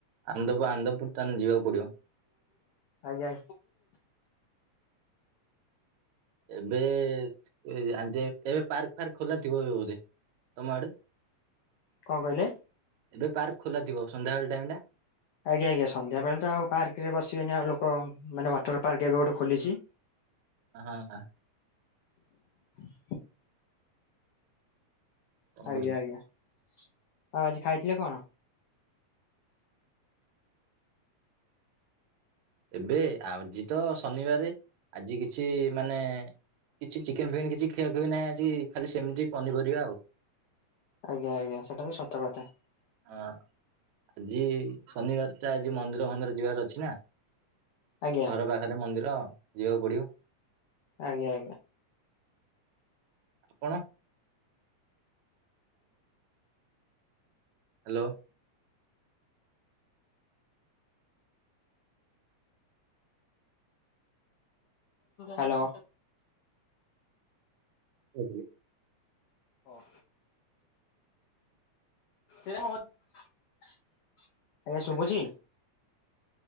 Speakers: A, on the right; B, on the left.
A: ଆନ୍ଦପୁ ଆନ୍ଦପୁର ତାହେଲେ ଯିବାକୁ ପଡିବ
B: ଆଜ୍ଞା
A: ଏବେ ଏବେ ପାର୍କ ଫାର୍କ ଖୋଲା ଥିବ ବୋଧେ ତମ ଆଡେ
B: କଣ କହିଲେ?
A: ଏବେ ପାର୍କ ଖୋଲା ଥିବ ସନ୍ଧ୍ୟାବେଳ ଟାଇମ୍ ଟା
B: ଆଜ୍ଞା ଆଜ୍ଞା ସନ୍ଧ୍ୟା ବେଳେ ତ ଆଉ ପାର୍କ ରେ ବସିବେନି ଆଉ ଲୋକ ମାନେ ୱାଟର୍ ପାର୍କ ଏବେ ଗୋଟେ ଖୋଲିଛି
A: ହଁ
B: ହ <inaudible>
A: କଣ
B: ଆଜ୍ଞା
A: କରିବି
B: ଆଜ୍ଞା ଆଉ ଆଜି ଖାଇଥିଲେ କଣ?
A: ଏବେ ଆଜି ତ ଶନିବାର ଆଜି କିଛି ମାନେ କିଛି ଚିକେନ୍ ଫିକେନ୍ କିଛି ଖିଆଖୁଇ ନାହିଁ ଆଜି ଖାଲି ସେମ୍ ତି ପନିପରିବା ଆଉ।
B: ଆଜ୍ଞା ଆଜ୍ଞା ସେଟା ତ ସତ କଥା
A: ହଁ ଆଜି ଶନିବାର ଟା ଆଜି ମନ୍ଦିର ଫନ୍ଦିର ଯିବାର ଅଛି ନା
B: ଆଜ୍ଞା
A: ଘର ବାହାରେ ମନ୍ଦିର ଯିବାକୁ ପଡିବ।
B: ଆଜ୍ଞା ଆଜ୍ଞା
A: କଣ ହେଲୋ
B: ହାଲୋ
A: <inaudible>
B: ହଁ <inaudible> ଆଜ୍ଞା ଶୁଭୁଛି